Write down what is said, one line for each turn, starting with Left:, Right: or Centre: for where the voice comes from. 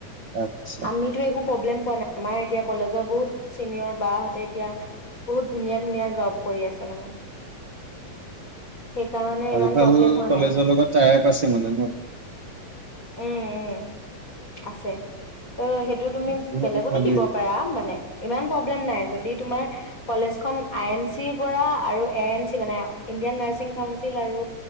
Right: আচ্ছা
Left: আমিতো একো প্ৰব্লেম পোৱা নাই আমাৰ এতিয়া কলেজৰ বহুত চিনিয়ৰ বাহতে এতিয়া, বহুত ধুনীয়া ধুনীয়া জব কৰি আছে মানে। সেইকাৰণে
Right: ভাল
Left: ইমান
Right: ভাল
Left: প্ৰব্লেম হোৱা
Right: কলেজৰ
Left: নাই
Right: লগত টায়ক আছে মানে ন
Left: উ, উম আছে, অ' হেইট তু-তুমি
Right: তেনেকে হলে
Left: বেলেগতো
Right: ভালেই
Left: দিব পাৰা, মানে ইমান প্ৰ ব্লেম নাই, যদি তোমাৰ কলেজখন আই এন চিৰ পৰা আৰু এ এন চি মানে, ইণ্ডিয়ান নাৰ্ছি ৰ্ছিং কাউন্সিল আৰু